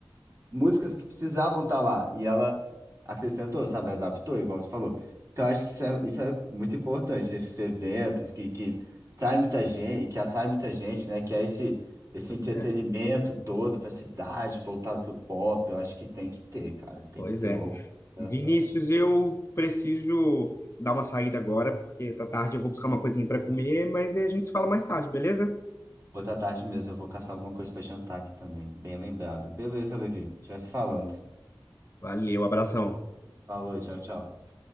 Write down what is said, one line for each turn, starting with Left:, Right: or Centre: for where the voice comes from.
Right: músicas que precisavam estar lá. E ela acrescentou, sabe? Adaptou, igual você falou. Então, eu acho que isso é, isso é muito importante, esses eventos que, que atrai muita gente, que atrai muita gente, né? Que é esse, esse
Left: Pois
Right: entretenimento
Left: é,
Right: todo para a cidade, voltado para o pop. Eu acho que tem que ter, cara. Tem
Left: pois
Right: que ter
Left: é.
Right: algumas ações.
Left: Vinícius, eu preciso dar uma saída agora, porque tá tarde, eu vou buscar uma coisinha para comer, mas a gente se fala mais tarde, beleza?
Right: Outra tarde mesmo, eu vou caçar alguma coisa para jantar aqui também. Bem lembrado. Beleza, Levi. A gente vai se falando.
Left: Valeu, abração.
Right: Falou, tchau, tchau.